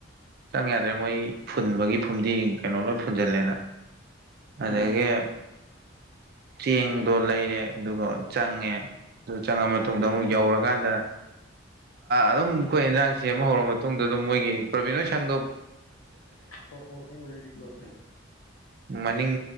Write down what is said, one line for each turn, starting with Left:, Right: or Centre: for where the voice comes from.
Right: ꯆꯪ ꯌꯥꯗ꯭ꯔꯦ ꯃꯣꯏ ꯐꯨꯟꯕꯒꯤ ꯐꯨꯝꯗꯤ ꯌꯦ ꯀꯩꯅꯣ ꯂꯣꯏ ꯐꯨꯟꯖꯜꯂꯦꯅ ꯑꯗꯨꯗꯒꯤꯦ
Left: ꯎꯝ
Right: ꯆꯦꯡꯗꯣ ꯂꯩꯔꯦ ꯑꯗꯨꯒ ꯆꯪꯉꯦ ꯑꯗꯨ ꯆꯪꯉ ꯃꯇꯨꯡ
Left: ꯎꯝ
Right: ꯃꯇꯨꯡꯗ ꯑꯃꯨꯛ ꯌꯧꯔꯀꯥꯟꯗ ꯑꯗꯨꯝ ꯑꯩꯈꯣꯏ ꯏꯟꯖꯥꯡ ꯁꯦꯝꯃ ꯍꯧꯔꯕ ꯃꯇꯨꯡꯗ ꯑꯗꯨꯝ ꯃꯣꯏꯒꯤ ꯄꯕꯤꯟꯣ ꯁꯥꯡꯗꯣ
Left: ꯄꯂꯣꯁꯔꯂꯣꯁ
Right: ꯃꯅꯤꯡ